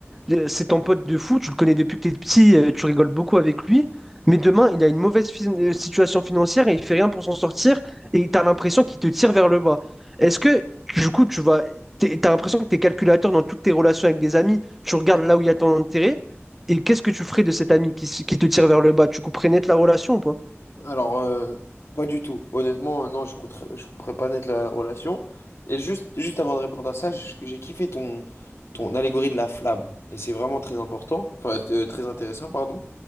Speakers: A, in the centre; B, on the left (about 65°).
A: euh, c'est ton pote de fou, tu le connais depuis que t'es petit, euh, tu rigoles beaucoup avec lui. Mais demain, il a une mauvaise fi- euh, situation financière et il fait rien pour s'en sortir et tu as l'impression qu'il te tire vers le bas. Est-ce que, du coup, tu vas, t'es- t'as l'impression que tu es calculateur dans toutes tes relations avec des amis, tu regardes là où il y a ton intérêt et qu'est-ce que tu ferais de cet ami qui, s- qui te tire vers le bas? Tu couperais net la relation ou pas?
B: Alors, euh, pas du tout. Honnêtement, euh, non, je couperais, je couperais pas net la relation. Et juste, juste avant de répondre à ça, j- j'ai kiffé ton, ton allégorie de la flamme. Et c'est vraiment très important, enfin, euh, très intéressant, pardon.